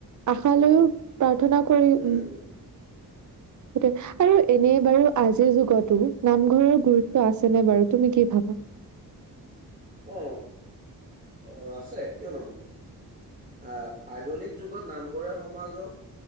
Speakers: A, on the right; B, on the right.
A: আশা লৈও প্ৰাৰ্থনা কৰি উ
B: উম হম
A: সেইটো আৰু এনে বাৰু আজিৰ যুগতো নামঘৰৰ গুৰুত্ব আছেনে বাৰু তুমি কি ভাবা?
B: অ', অ' আছে, কিয় নহ'ব। আ, আধুনিক যুগত নামঘৰে সমাজক